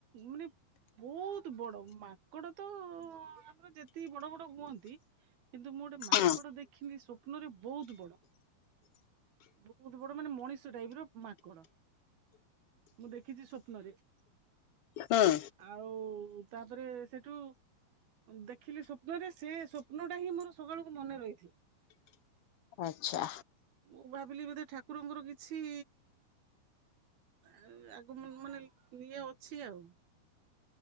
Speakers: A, on the right; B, on the left.
A: ମାନେ ବହୁତ ବଡ ମାଙ୍କଡ ତ ର ଯେତିକି ବଡ ବଡ ହୁହନ୍ତି କିନ୍ତୁ ମୁଁ ଗୋଟେ ମାଙ୍କଡ
B: ହୁଁ
A: ଦେଖିଲି ସ୍ଵପ୍ନରେ ବହୁତ ବଡ। ବହୁତ ବଡ ମାନେ ମଣିଷ ଟାଇପ୍ ର ମାଙ୍କଡ। ମୁଁ ଦେଖିଚି ସ୍ୱପ୍ନରେ।
B: ହୁଁ
A: ଆଉ ତାପରେ ସେଠୁ ଦେଖିଲି ସ୍ୱପ୍ନରେ ସେ ସ୍ଵପ୍ନଟା ହିଁ ମୋର ସକାଳକୁ ମନେ ରହିଥିଲା।
B: ଆଚ୍ଛା
A: ମୋ ଭାବିଲି ବୋଧେ ଠାକୁରଙ୍କର କିଛି ଆ, ଆଗ ମାନ ମାନେ ଇଏ ଅଛି ଆଉ।